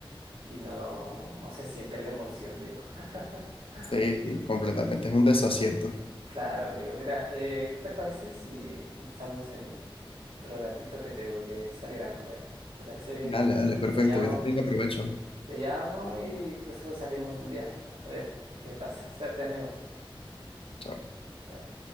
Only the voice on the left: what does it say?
sí, sí,
completamente, es un desacierto.
Dale, dale, perfecto,
yo te tengo, aprovecho.
Chao.